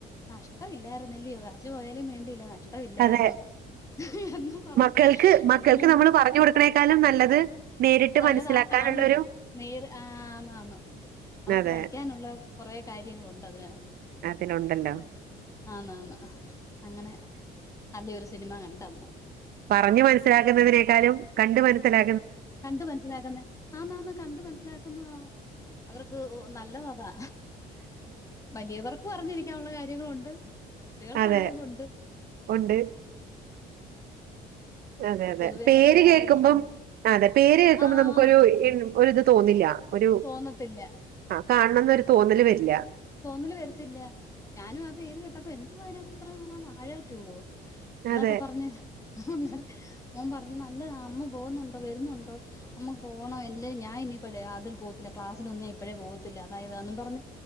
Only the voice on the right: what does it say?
അതെ
മക്കൾക്ക് മക്കൾക്ക്
നമ്മള് പറഞ്ഞു കൊടുക്കണേക്കാളും നല്ലത് നേരിട്ട്
മനസ്സിലാക്കാനുള്ളൊരു
അതെ
അതിലുണ്ടല്ലോ.
പറഞ്ഞു മനസ്സിലാക്കുന്നതിനേക്കാളും കണ്ടു മനസ്സിലാ
അതെ
ഉണ്ട് അതെ അതെ
പേര്
കേക്കുമ്പോ അതെ പേര് കേൾക്കുമ്പോ
നമുക്കൊരു
ഒരു ഇത് തോന്നില്ല ഒരു
ആ കാണണന്നൊരു തോന്നല് വരില്ല
അതെ.